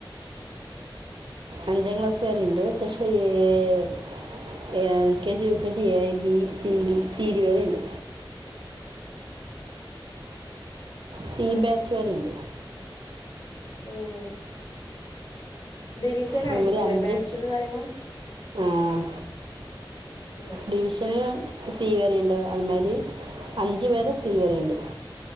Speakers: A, on the left; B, on the right.
A: അഹ്
B: അഞ്ചാം ക്ലാസ് വരെ ണ്ട് പക്ഷേ <unintelligible> L K G U K G, A B C D C D വരെണ്ട് സി ബാച്ചുവരെ ഇണ്ട്
A: ഉം ഡിവിഷൻ
B: അത്
A: ആയിരിക്കൂല്ലേ
B: മരി അഞ്ജുസ്
A: ബാച്ച് എന്ന് പറയണ
B: ആഹ്
A: ആ
B: ഡിവിഷന് സീവരെണ്ട് അതുമാരി അഞ്ചു വരെ സീവരെ ഇണ്ട്